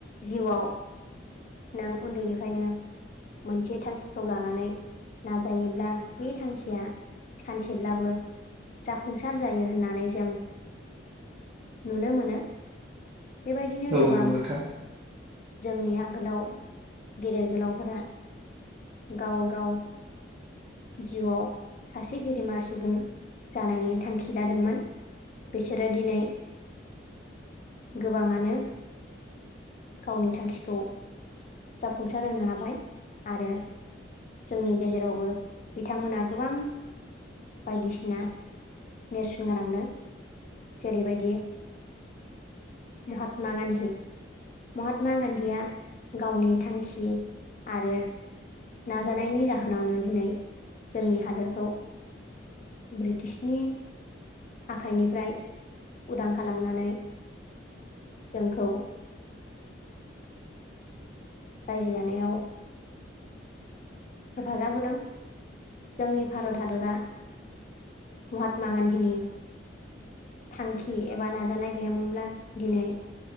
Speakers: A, on the left (about 40°); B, on the right (about 35°).
A: जिउआव नों उन्दैनिफ्रायनो मोनसे थांखिखौ लानानै नाजायोब्ला बे थांखिया सानसेब्लाबो जाफुंसार जायो होननानै जों नुनो मोनो बेबायदिनो
B: औ
A: गोबां
B: नंगौ नोंथां
A: जोंनि आगोलाव गेदेर गोलावफोरा गाव गाव जिउआव सासे गेदेमा सुबुं जानायनि थांखि लादोंमोन बिसोरो दिनै गोबाङानो गावनि थांखिखौ जाफुंसार होनो हाबाय आरो जोंनि गेजेरावबो बिथांमोना गोबां बायदिसिना नेरसोन गोलांदों जेरैबायदि महात्मा गान्धी महात्मा गान्धीया गावनि थांखि आरो नाजानायनि जाहोनावनो दिनै जोंनि हादोरखौ ब्रिटिशनि आखाइनिफ्राय उदां खालामनानै जोंखौ
B: <inaudible>
A: रायजो जानायाव हेफाजाब होदों जोंनि भारत हादरा महात्मा गान्धीनि थांखि एबा नाजानाय गैयामोनब्ला दिनै